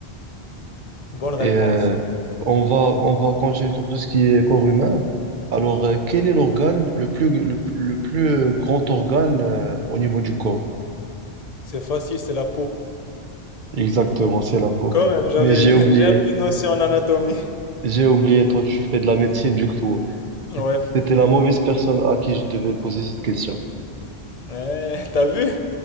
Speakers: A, on the left; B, on the right.
A: Bonne réponse.
B: Et euh, on va, on va continuer sur tout ce qui est corps humain. Alors, euh, quel est l'organe, le plus, le, le plus euh, grand organe euh, au niveau du corps?
A: C'est facile, c'est la peau.
B: Exactement, c'est la peau.
A: Quand même, j'avais,
B: Mais j'ai oublié,
A: <laughs> j'ai un peu de notion en anatomie.
B: j'ai oublié, toi, tu fais de la médecine, du coup.
A: Ouais.
B: C'était la mauvaise personne à qui je devais poser cette question.
A: Ouais, t'as vu?